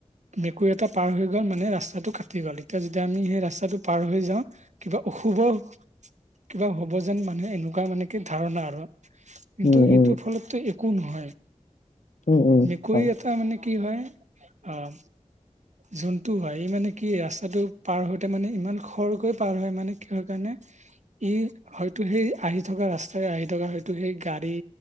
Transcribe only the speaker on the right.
মেকুৰী এটা পাৰ হৈ গ'ল মানে ৰাস্তাটো কাটি গ'ল এতিয়া যেতিয়া আমি সেই ৰাস্তাটো পাৰ হৈ যাওঁ কিবা অশুভ কিবা হ। বহুজন মানুহে এনেকুৱা মানে কি ধাৰণা আৰু কিন্তু
এইটো ফলতটো একো নহয়।
মেকুৰী
এটা মানে কি হয় আহ। যোনটো হয় এই মানে কি ৰাস্তাটো পাৰ হতে মানে ইমান খৰকৈ পাৰ হয় মানে কি হয় কাৰণে মানে এই হয়তো সেই আহি থকা ৰাস্তাই আহি থকা হয়তো সেই গাড়ী